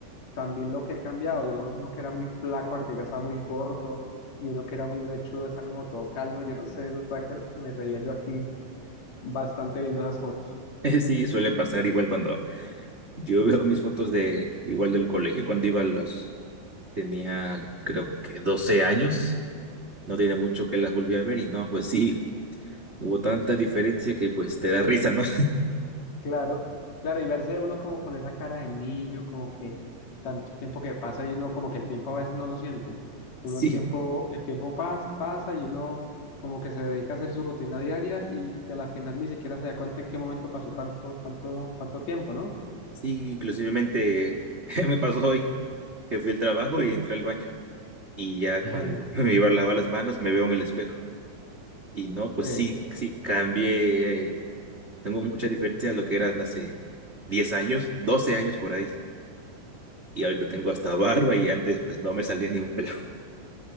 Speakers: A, on the left; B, on the right.
A: también lo que han cambiado, digamos, uno que era muy flaco, ahorita está muy corto, y uno que era muy mechudo, está como todo calmo, yo no sé, eso está que que me reía yo aquí bastante viendo esas fotos.
B: sí, suele pasar igual cuando yo veo mis fotos de igual del colegio, cuando iba a los, tenía creo que doce años, no tiene mucho que las volví a ver y no, pues sí, hubo tanta diferencia que pues te da risa, ¿no?
A: Claro, claro, y verse uno como con esa cara de niño, como que tanto tiempo que pasa y uno como que el tiempo a veces no lo siente. Uno
B: <laughs>
A: el tiempo,
B: Sí,
A: el tiempo pasa, pasa y uno como que se dedica a hacer su rutina diaria y, y a la final ni siquiera se da cuenta en qué momento pasó tanto, tanto, tanto tiempo, ¿no?
B: sí, inclusivemente <laughs> me pasó hoy que fui al trabajo y entré al baño y ya
A: <laughs>
B: cuando <laughs> me iba a lavar las manos me veo en el espejo y no, pues
A: Sí.
B: sí, sí, cambié, eh, tengo mucha diferencia a lo que era hace 10 años, 12 años por ahí. y ahorita tengo hasta barba y antes pues no me salía ni un pelo.